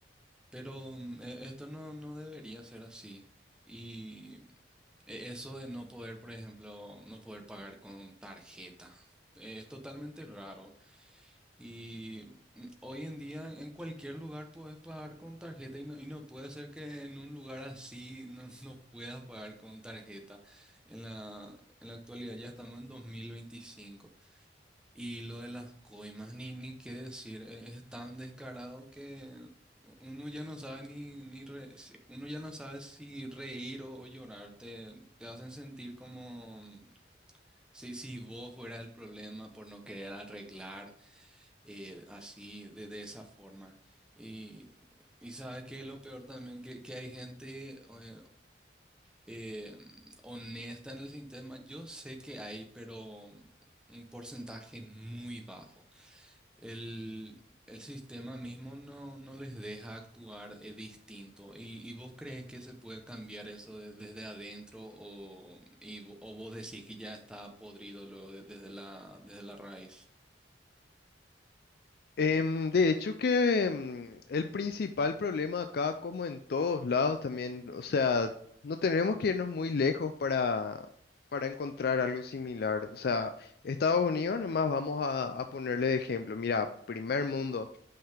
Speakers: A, in the centre; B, on the left.
A: pero mm, e- esto no, no debería ser así. Y e- eso de no poder, por ejemplo, no poder pagar con tarjeta, eh, es totalmente raro. Y mm, hoy en día en cualquier lugar puedes pagar con tarjeta y no, y no puede ser que en un lugar así no, <laughs> no puedas pagar con tarjeta. En la, en la actualidad ya estamos en dos mil veinticinco Y lo de las coimas, ni, ni qué decir, e- es tan descarado que uno ya no sabe ni, ni re- si- uno ya no sabe si reír o, o llorar. Te, te hacen sentir como mm, si, si vos fuera el problema por no querer arreglar eh, así, de, de esa forma. Y, y sabes que lo peor también, que, que hay gente eh, eh, honesta en el sistema. Yo sé que hay, pero un porcentaje muy bajo. El, el sistema mismo no, no les deja actuar eh, distinto. ¿Y, y vos crees que se puede cambiar eso de- desde adentro o, y vo- o vos decís que ya está podrido luego de- desde la, desde la raíz?
B: Em, de hecho que em, el principal problema acá, como en todos lados también, o sea, no tenemos que irnos muy lejos para, para encontrar algo similar. O sea, Estados Unidos, nomás vamos a, a ponerle de ejemplo. Mira, primer mundo.